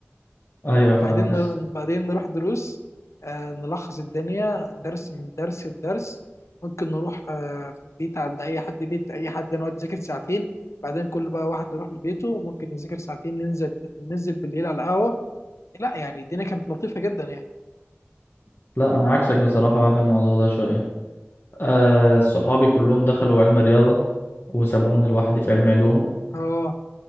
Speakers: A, on the left (about 50°); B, on the left (about 90°).
A: ايوه فاهم
B: بعدين نر... بعدين نروح دروس آه نلخص الدنيا درس من درس لدرس ممكن نروح آه في البيت عند اي حد بيت اي حد نقعد نذاكر ساعتين بعدين كل بقى واحد يروح لبيته ممكن يذاكر ساعتين ننزل ننزل بالليل على قهوه لا يعني الدنيا كانت لطيفه جدا يعني
A: <laughs> لا انا عكسك بصراحة بقى في الموضوع ده شوية آه صحابي كلهم دخلوا علم رياضة وسابوني لوحدي في علم علوم
B: اه